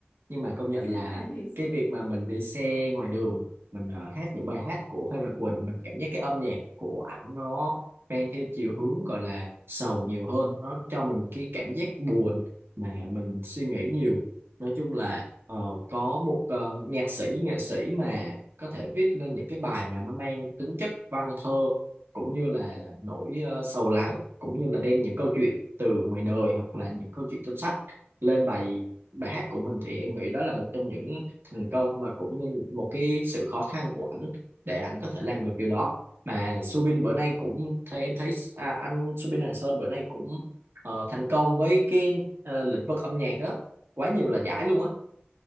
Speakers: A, on the right; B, on the left.
A: nhưng mà công nhận
B: <laughs>
A: là
B: thì
A: cái
B: sự
A: việc mà mình đi xe ngoài đường mình ờ, hát những bài hát của Phan Mạnh Quỳnh mình cảm giác cái âm nhạc của ảnh nó mang theo chiều hướng gọi là sầu nhiều hơn nó cho mình cái cảm giác buồn mà mình suy nghĩ nhiều nói chung là ờ, có một ờ, nhạc sĩ nghệ sĩ mà có thể viết lên những cái bài mà nó mang tính chất văn thơ cũng như là nỗi ờ, sầu lắng cũng như là đem những câu chuyện từ ngoài đời hoặc là những câu chuyện trong sách lên bài bài hát của mình thì em nghĩ đó là một trong những thành công mà cũng như một cái sự khó khăn của ảnh để ảnh có thể làm được điều đó mà Subin
B: ừ.
A: bữa nay cũng thấy em thấy à, anh Subin Hoàng Sơn bữa nay cũng ờ, thành công với cái ờ, lĩnh vực âm nhạc đó quá nhiều là giải luôn á